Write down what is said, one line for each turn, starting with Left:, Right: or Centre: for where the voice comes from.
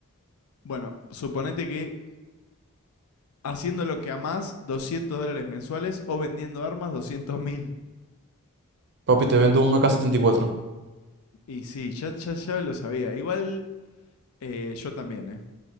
Left: Bueno, suponete que haciendo lo que amás, 200 dólares mensuales o vendiendo armas, doscientos mil.
Right: Papi, te vendo un A K setenta y cuatro,
Left: Y sí, ya, ya, ya lo sabía. Igual eh, yo también, ¿eh?